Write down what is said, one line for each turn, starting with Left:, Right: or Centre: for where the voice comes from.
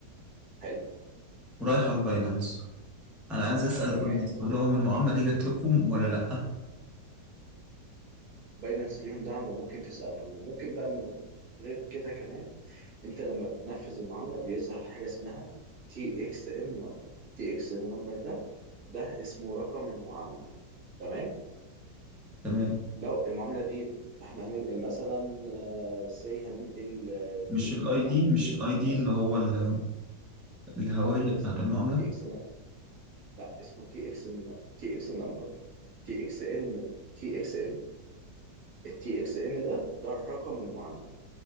Right: حلو
Centre: ورايحة الباينانس أنا عايز أسأل
Right: تمام
Centre: باينانس أقول لهم المعاملة دي جات لكم ولا لأ
Right: باينانس ليهم دعم وممكن تسألهم وممكن بقى من غير كده كمان انت لما بتنفذ المعاملة بيظهر حاجة اسمها تي اكس ان نمبر تي اكس ان نمبر ده ده اسمه رقم المعاملة تمام
Centre: تمام
Right: لو المعاملة دي احنا هننقل مثلا سي هننقل بي
Centre: مش
Right: ان
Centre: الاي
Right: بي
Centre: دي
Right: عملة
Centre: مش
Right: بي ان
Centre: الاي
Right: بي
Centre: دي
Right: مثلا
Centre: اللي هو ال- الهوية
Right: لا
Centre: بتاعت
Right: اسمه
Centre: المعاملة
Right: تي اكس لا اسمه تي اكس تي اكس نمبر تي اكس ان تي اكس ان التي اكس ان ده ده الرقم المعامله